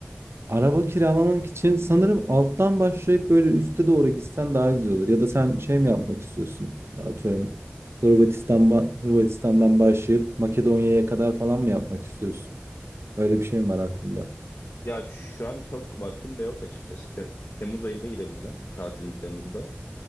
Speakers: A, on the right; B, on the left.
A: araba kiralamak için sanırım alttan başlayıp böyle üste doğru gitsen daha güzel olur. Ya da sen şey mi yapmak istiyorsun? Atıyorum Hırvatistan ba- Hırvatistan'dan başlayıp Makedonya'ya kadar falan mı yapmak istiyorsun? Öyle bir şey mi var aklında?
B: Ya şu an çok vaktim de yok açıkçası. Te- Temmuz ayında girebileceğim. Tatilim Temmuz'da.